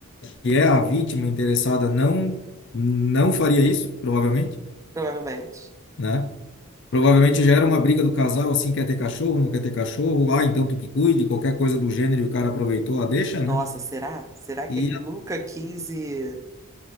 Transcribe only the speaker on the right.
provavelmente.
Nossa, será? Será que
ele nunca quis e...